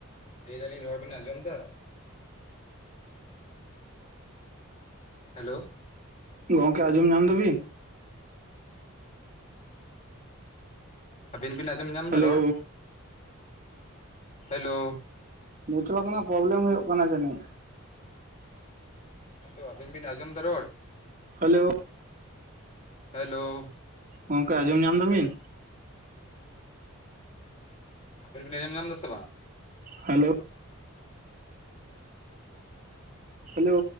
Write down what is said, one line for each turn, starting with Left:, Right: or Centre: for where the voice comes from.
Left: ᱞᱟᱹᱭ ᱮᱫᱟᱞᱤᱧ ᱨᱚᱲ ᱵᱤᱱ ᱟᱸᱡᱚᱢᱫᱟ ᱦᱮᱞᱳ
Right: ᱜᱚᱢᱠᱮ ᱟᱸᱡᱚᱢ ᱧᱟᱢ ᱫᱟ ᱵᱤᱱ
Left: ᱟᱵᱤᱱ ᱵᱤᱱ ᱟᱸᱡᱚᱢ ᱧᱟᱢ
Right: ᱦᱮᱞᱳ
Left: ᱮᱫᱟ ᱨᱚᱲ ᱦᱮᱞᱳ
Right: ᱱᱮᱴᱣᱟᱨᱠ ᱨᱮᱱᱟᱜ ᱯᱨᱚᱵᱞᱮᱢ ᱦᱩᱭᱩᱜ ᱠᱟᱱᱟ ᱡᱟᱹᱱᱤᱡ
Left: ᱦᱮᱸ ᱛᱳ ᱟᱵᱤᱱ ᱵᱤᱱ ᱟᱸᱡᱚᱢᱫᱟ ᱨᱚᱲ
Right: ᱦᱮᱞᱳ
Left: ᱦᱮᱞᱳ
Right: ᱜᱚᱝᱠᱮ ᱟᱸᱡᱚᱢ ᱧᱟᱢ ᱮᱫᱟ ᱵᱤᱱ
Left: ᱟᱵᱮᱱ ᱵᱤᱱ ᱟᱸᱡᱚᱢ ᱧᱟᱢ ᱮᱫᱟ ᱥᱮ ᱵᱟᱝ
Right: ᱦᱟᱞᱳ ᱦᱮᱞᱳᱻ